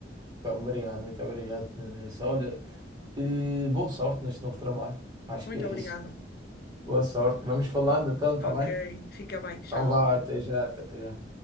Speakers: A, on the right; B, on the left.
A: Tá, Obrigado, muito obrigado, Nunes. Olha, eh, boa sorte neste novo trabalho. Acho
B: Muito
A: que é
B: obrigada.
A: isso. Boa sorte. Vamos falando então, tá
B: Ok,
A: bem?
B: fica bem, tchau.
A: Então vá, até já, até já.